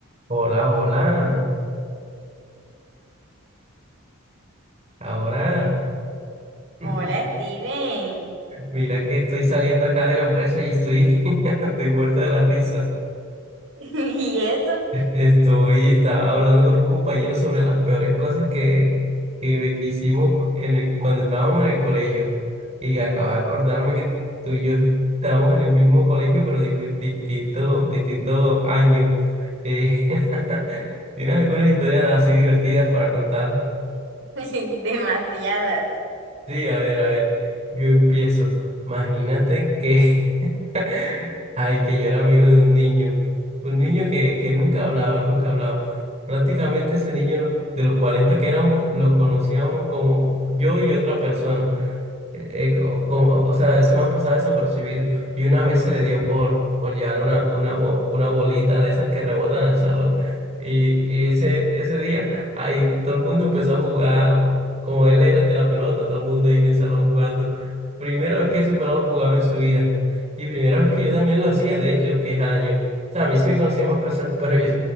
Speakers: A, on the right; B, on the right.
A: Hola, hola. Ahora,
B: Hola,
A: <laughs>
B: Steven.
A: mira que estoy saliendo acá de la empresa y estoy, <laughs> estoy muerto de la risa.
B: <laughs> ¿Y eso?
A: Estoy, estaba hablando con un compañero sobre las peores cosas que, que hicimos en el, cuando estábamos en el colegio. Y acabo de acordarme que tú y yo estábamos en el mismo colegio, pero dif- distinto, distinto año. Eh, <laughs> ¿tienes algunas historias así divertidas para contar?
B: <laughs> Demasiadas.
A: Sí, a ver, a ver, yo empiezo. Imagínate que, <laughs> ay, que yo era amigo de un niño, un niño que, que nunca hablaba, nunca hablaba. Prácticamente ese niño no- de los 40 que éramos, lo conocíamos como yo y otra persona eh, co- como, o sea, se me han pasado desapercibido. Y una vez se le dio por, por llevar una, una, bo- una bolita de esas que rebotan al salón. Y, y ese, ese día, ahí todo el mundo empezó a jugar. Como él era el de la pelota, todo el mundo ahí en el salón jugando. Primera vez que ese pelado jugaba en su vida. Y primera vez que yo también lo hacía, de hecho, que ja, yo. O sea, a mí sí me conocían más personas, <laughs> pero yo,